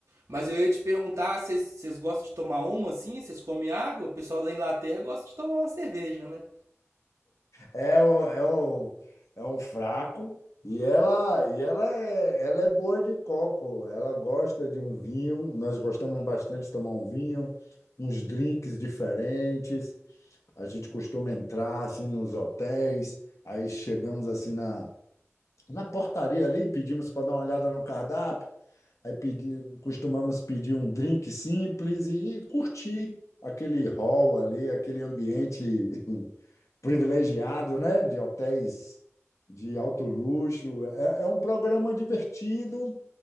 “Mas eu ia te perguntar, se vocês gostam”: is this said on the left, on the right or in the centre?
Right